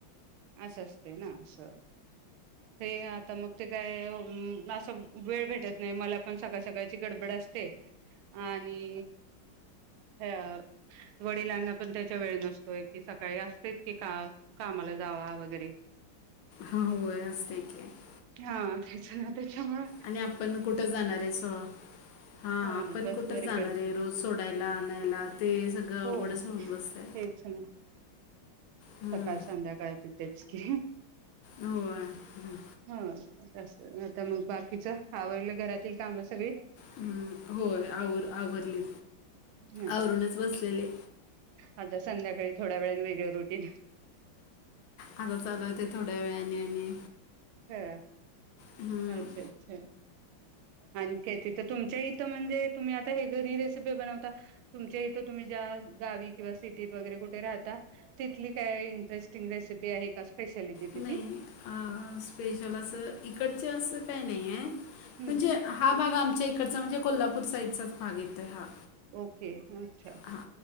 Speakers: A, on the right; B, on the left.
A: असं असते ना असं हे आता मग ते काय असं वेळ भेटत नाही मला पण सकाळ सकाळची गडबड असते आणि ह वडिलांना पण त्याच्या वेळ नसतोय की सकाळी असतेच की का कामाला जावा वगैरे
B: हा हो <inaudible>
A: हा त्याच ना त्याच्यामुळे
B: आणि आपण कुठं जाणार आहे स हा
A: हो
B: आपण
A: ना बस
B: कुठं
A: बरी
B: जाणार
A: पडते
B: आहे रोज सोडायला आणायला ते सगळं
A: हो
B: अवघडच होऊन बसतय
A: तेच ना
B: हं.
A: सकाळ संध्याकाळ तथेच की
B: होय. हं,
A: हो जास्त आता मग बाकीच आवडलं घरातील काम सगळी
B: हं. होय आवर आवरली
A: ह
B: आवरूनच बसलेले
A: आता संध्याकाळी थोड्या वेळने वेगळ रुटीन
B: आता चालवते थोड्या वेळाने आणि
A: हा
B: हं.
A: अच्छा अच्छा आणखी तिथं तुमच्या इथं म्हणजे तुम्ही आता हे घरी रेसिपी बनवता तुमच्या इथं तुम्ही ज्या गावी किंवा सिटीत वगैरे कुठे राहता तिथली काय इंटरेस्टिंग रेसिपी आहे का स्पेशालिटी तिथली
B: नाही स्पेशल असं इकडच असं काही नाही आहे म्हणजे
A: हम्म
B: हा भाग आमच्या इकडचा म्हणजे कोल्हापूर साईडचाच भाग येतोय हा
A: ओके अच्छा
B: हां.